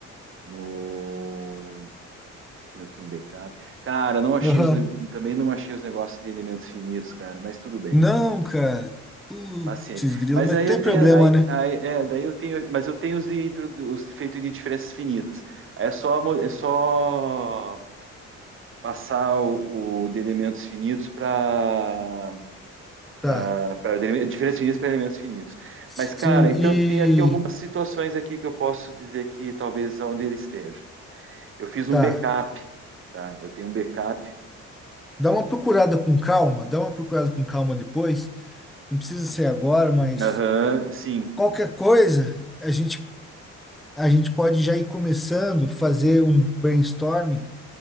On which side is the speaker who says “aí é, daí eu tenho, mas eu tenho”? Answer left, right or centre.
Right